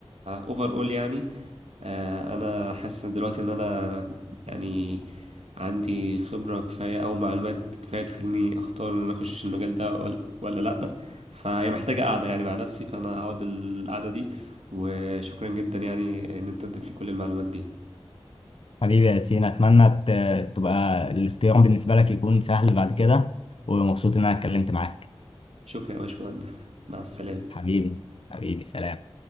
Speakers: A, on the right (about 80°); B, on the left (about 60°).
A: اوفر اول يعني آه، انا حاسس إن دلوقتي ان انا يعني عندي خبرة كفاية او معلومات كفاية تخليني اختار ان انا اخش المجال ده ولا, ولا لا فهي محتاجة قعدة يعني مع نفسي فانا هقعد القعدة دي وشكرا جدا يعني ان انت اديتني كل المعلومات دي
B: حبيبي يا ياسين أتمنى ت- تبقى الاختيار بالنسبة لك يكون سهل بعد كده ومبسوط إن أنا اتكلمت معاك
A: شكرا يا باشمهندس مع السلامة
B: حبيبي حبيبي سلام